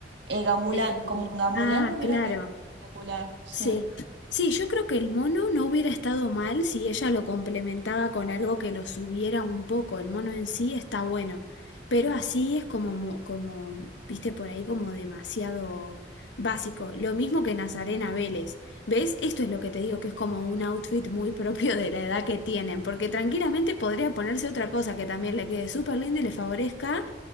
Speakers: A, on the right; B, on the left.
A: Eh, gamulán,
B: Eh,
A: como un gamulán
B: ah,
A: le hubiera
B: claro.
A: quedado espectacular, sí.
B: Sí, sí, yo creo que el mono no hubiera estado mal si ella lo complementaba con algo que lo subiera un poco. El mono en sí está bueno, pero así es como, mo- como, viste por ahí, como demasiado básico. Lo mismo que Nazarena Vélez. ¿Ves? Esto es lo que te digo, que es como un outfit muy <laughs> propio de la edad que tienen, porque tranquilamente podría ponerse otra cosa que también le quede súper linda y le favorezca,